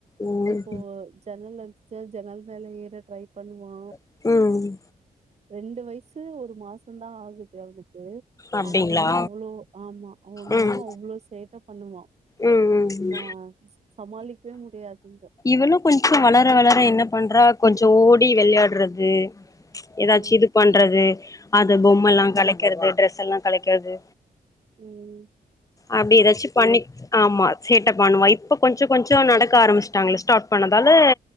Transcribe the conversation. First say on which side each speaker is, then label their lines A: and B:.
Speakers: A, on the left; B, on the right.
A: ம்
B: இப் ஓ ஜன்னல்ல இந்த ஜன்னல் மேல ஏற ட்ரை பண்ணுவா
A: ம் ம்
B: ரெண்டு வை சு ஒரு மாசம் தா ஆகுது அவனுக் து
A: அப்டிங்களா
B: ஆனாலு அவ்ளோ ஆமா அவனாலு
A: ம்
B: அவ்ளோ சேட்ட பண்ணுவான்
A: ம் ம்
B: ஆஹ் சமாளிக்கவே முடியாதுங்க
A: இன்னும் கொஞ்சம் வளர வளர என்ன பண்றா கொஞ்சோ ஓடி விளையாடுறது ஏதாச்சு
B: ஆ
A: இது பன்றது அது பொம்மல்லா
B: ம்
A: கலக்கிறது ட்ரஸ் எல்லா கலைக்கிறது
B: உம்
A: அப்படி ஏதாச்சு பண்ணி ஆமா சேட்ட பண்ணுவா இப்போ கொஞ்ச கொஞ்சம் நடக்க ஆரம்பிச்சிட்டாங்களே ஸ்டார்ட் பன்ணது அது